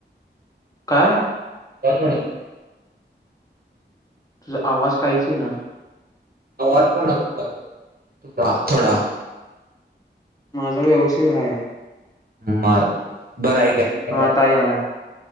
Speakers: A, on the left; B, on the right.
A: काय?
B: ब मोठऽ
A: तुझा आवाज काहीच इना.
B: आवाज पण थोडा,, तुझा,, थोडा.
A: माझा व्यवस्थित हाय.
B: मार, बरं ऐक ऐक.
A: हा आता यालाय